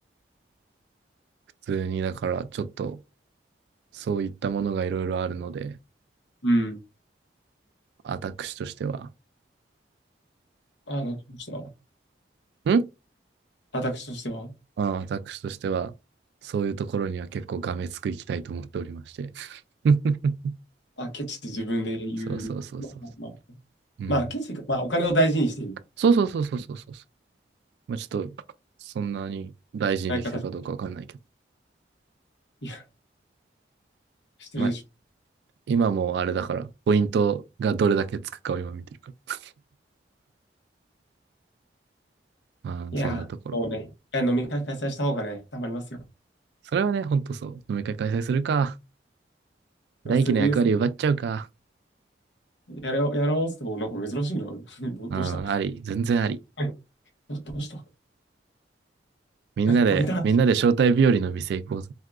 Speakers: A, on the right (about 65°); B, on the left (about 75°).
A: 普通に、だから、ちょっと、そういったものがいろいろあるので、
B: うん。
A: 私としては、
B: あ、どうしては
A: ん
B: 私としては。
A: ああ私としては、そういうところには結構がめつくいきたいと思っておりまして。<laughs>
B: あ、ケチって自分で言う。
A: そうそうそうそうそ
B: まあ、まあ、
A: う。うん。
B: まあケチか。まあ、お金を大事にしている。
A: そうそうそうそうそうそうそう。まあ、ちょっと、そんなに大事にできてるかどうかわかんないけど。
B: 相方、いや、してるでしょ。
A: まあ、今もあれだから、ポイントがどれだけつくかを今見てるから。まあ、
B: いや、
A: そんなところ。
B: もうね、一回飲み会開催した方がね、たまりますよ。
A: それはね、ほんとそう。飲み会開催するか。
B: s
A: 大輝の役割奪っちゃうか。
B: ラ VS やろう、やろうって言っても、なんか珍しいな。<laughs> ど、どうした
A: うん、あり。全然あり。
B: <laughs> ど、どうした
A: みんなで、
B: なんかポインター
A: みんなで招待日和の店行こうぜ。